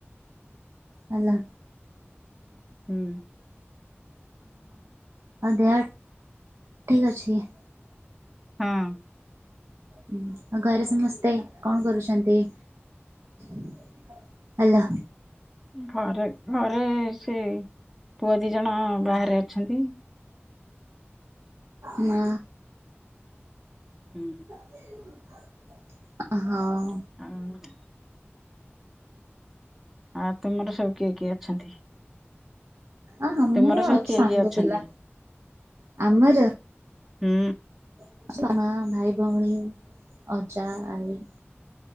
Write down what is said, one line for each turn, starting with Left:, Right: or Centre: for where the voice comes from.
Right: ହଲୋ।
Centre: ହୁଁ।
Right: ହଉ ଦେହ ଠିକ୍ ଅଛି।
Centre: ହଁ।
Right: ହଁ ଆଉ ଘରେ ସମସ୍ତେ କଣ କରୁଛନ୍ତି? <inaudible> ହାଲୋ
Centre: ଘରେ ଘରେ ସେ ପୁଅ ଦି ଜଣ ବାହାରେ ଅଛନ୍ତି।
Right: <inaudible> ନା।
Centre: ହୁଁ।
Right: <unintelligible>
Centre: ହଁ। ଆଉ ତୁମର ସବୁ କିଏ କିଏ ଅଛନ୍ତି?
Right: ଅ ଆମେ
Centre: ତୁମର ସବୁ
Right: ଅଛୁ
Centre: କିଏ
Right: ସାଙ୍ଗ
Centre: କିଏ ଅଛନ୍ତି?
Right: ପିଲା। ଆମର
Centre: ହୁଁ।
Right: <inaudible> ତମ ଭାଇ ଭଉଣୀ ଅଜା ଆଈ